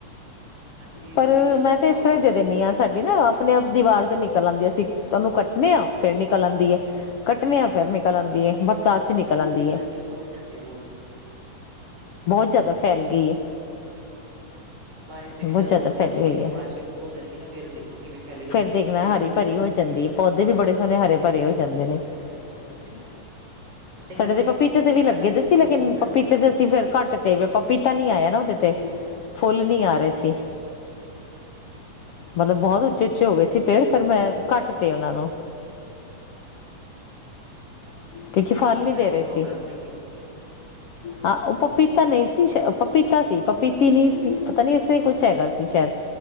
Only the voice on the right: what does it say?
ਹਾਂਜੀ, ਕਿਉਂਕਿ
ਜ਼ਿਆਦਾ
ਸੁਖਾਓਗੇ
ਤਾਂ
ਉਹ
ਦੇਗੀ
ਹਾਂਜੀ ਫੂਟ ਜਾਂਦੀ ਬਹੁਤ।
ਬਾਰਿਸ਼ ਦੇ ਵਿੱਚ
ਜ਼ਿਆਦਾ
ਹੁੰਦੀ
ਹੁਣ
ਬਾਰਿਸ਼ਾਂ ਸ਼ੁਰੂ ਹੋ ਜਾਣਗੀਆਂ ਨਾ ਫਿਰ ਦੇਖੋ ਕਿਵੇਂ ਫੈਲੇਗਾ ਉਹਦੇ
ਪੱਤੇ ਵੀ
ਚੌੜੇ
ਜਾਂਦੇ
ਨੇ
ਘਰ ਨਾ
ਇੱਕ ਮਨੀ
ਪਲਾਂਟ
ਲੱਗੀ
ਹੈ ਉਹ ਨਾ
ਅੱਧਾ ਤਾਂ ਹੁੰਦਾ ਹੀ
ਵੈਸੇ
ਕਦੇ
ਜਾਂ
ਕੋਈ
ਪ੍ਰੋਬਲਮ
ਹੋਏਗੀ